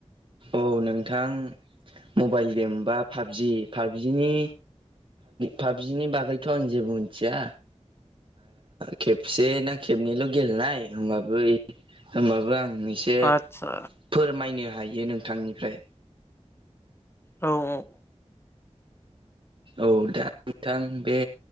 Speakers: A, on the right; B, on the left.
A: औ नोंथां मबाइल गेम बा पाबजि। पाबजिनि पाबजिनि बागैथ' आं जेबो मिथिया। खेबसे ना खेबनैल' गेलेनाय होमबाबो होमबाबो आं एसे
B: आदसा।
A: फोरमायनो हायो नोंथांनिफ्राय।
B: औ औ।
A: औ दा नोंथां बे